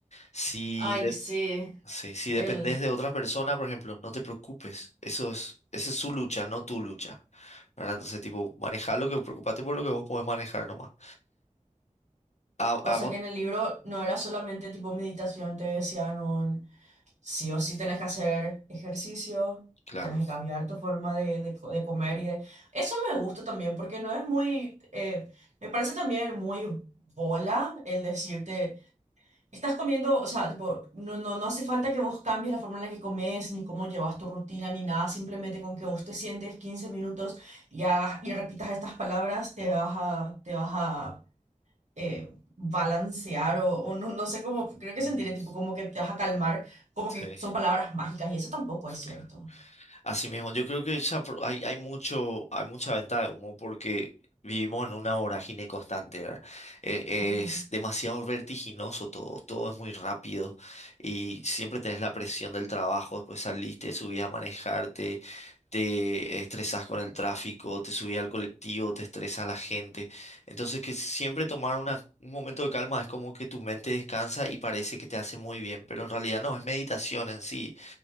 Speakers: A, on the left; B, on the right.
A: Si
B: Ay,
A: de-
B: sí,
A: Sí, si dependés
B: el...
A: de otra persona, por ejemplo, no te preocupes. Eso es, esa es su lucha, no tu lucha. ¿Verdad? Entonces, tipo, manejar lo que, preocupate por lo que vos podés manejar nomás. A,
B: O
A: a
B: sea
A: vos,
B: que en el libro no era solamente tipo meditación, te decían sí o sí tenés que hacer ejercicio,
A: claro.
B: tenés que cambiar tu forma de, de co- de comer y de... Eso me gusta también porque no es muy... eh, me parece también muy bola el decirte, estás comiendo, o sea, tipo, no, no, no hace falta que vos cambies la forma en la que comes, ni cómo llevas tu rutina, ni nada, simplemente con que vos te sientes 15 minutos y hagas y repitas estas palabras, te vas a, te vas a eh, balancear o, o no, no sé cómo, creo que
A: Ujú.
B: sentiré tipo como que te vas a calmar, como
A: Sí,
B: que son palabras mágicas y eso tampoco es cierto.
A: claro. Así mismo, yo creo que esa pro- hay, hay mucho, hay mucha venta de humo porque vivimos en una vorágine constante, ¿verdad? Eh,
B: Ujú,
A: es demasiado vertiginoso todo, todo es muy rápido y siempre tenés la presión del trabajo, después saliste, subís a manejarte, te estresás con el tráfico, te subís al colectivo, te estresa la gente. Entonces que siempre tomar una- un momento de calma es como que tu mente descansa y parece que te hace muy bien, pero en realidad no, es meditación en sí